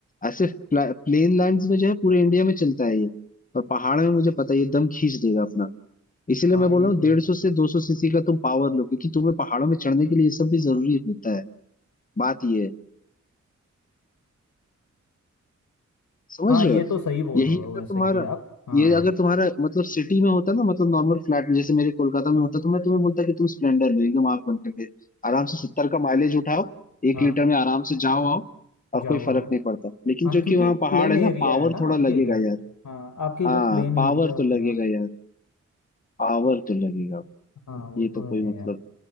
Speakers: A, on the left (about 30°); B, on the left (about 80°).
A: ऐसे प्लेन लैंड्स में जो है पूरे इंडिया में चलता है ये पर पहाड़ में मुझे पता है ये दम खींच देगा अपना इसीलिए
B: हाँ
A: मैं बोल
B: ये
A: रहा हूँ
B: तो
A: डेढ़
B: है
A: सौ से दो सौ सीसी का तुम पावर लो क्योंकि तुम्हें पहाड़ों में चढ़ने के लिए ये सब भी जरूरी होता है बात ये है समझ
B: हाँ
A: रहे
B: ये
A: हो
B: तो सही बोल
A: यही
B: रहे
A: अगर
B: हो वैसे
A: तुम्हारा
B: कि आप हाँ
A: ये अगर तुम्हारा मतलब सिटी में होता ना मतलब नॉर्मल फ्लैट में जैसे मेरे कोलकाता में होता तो मैं तुम्हें बोलता कि तुम स्प्लेंडर लो एकदम आंख बंद करके आराम से सत्तर का माइलेज उठाओ एक
B: हाँ
A: लीटर में आराम से जाओ आओ और
B: जाओ
A: कोई फर्क नहीं पड़ता लेकिन
B: हाँ
A: जो
B: क्योंकि
A: कि वहाँ पहाड़
B: प्लेन
A: है
B: एरिया
A: ना पावर
B: है ना
A: थोड़ा
B: आपके
A: लगेगा
B: इधर
A: यार
B: हाँ आपके इधर
A: हाँ
B: प्लेन एरिया
A: पावर
B: हो
A: तो
B: गया
A: लगेगा यार पावर तो लगेगा
B: हाँ वो
A: ये
B: तो
A: तो कोई
B: है
A: मतलब
B: यार